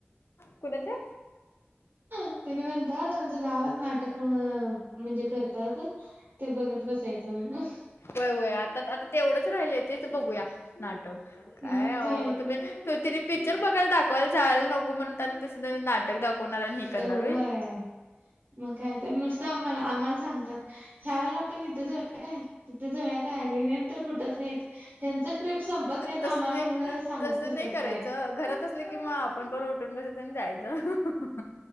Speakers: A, on the left; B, on the right.
A: कुणाच्या
B: <inaudible> तेनी म्हणतात आमच्या गावात नाटक अ म्हणजे करतात ते बघत बसायचं म्ह.
A: होय हो आता आता तेवढंच राहिल तेच बघूया नाटक काय
B: मग
A: तुम्ही
B: तर
A: तिने. पिक्चर बघाय दाखवायला जायला नको म्हणून त्यांना तेसध नाटक दाखवणार आणि हे करणार.
B: होय मग काय तर नुसत आम्हाला आम्हाला सांगतात. ह्या वेळेला आपण इथे जावूया काय तिथे जावूया. काय नेत तर कुठंच नाही त्यांच ट्रीप संपत नाहीत
A: तसं
B: आम्हाला
A: नाही
B: उगाच सांगत
A: तसं
B: बसत्यात
A: नाही करायचं
B: काय पण.
A: घरात की मग आपण पण उठून बसायच आणि जायचं.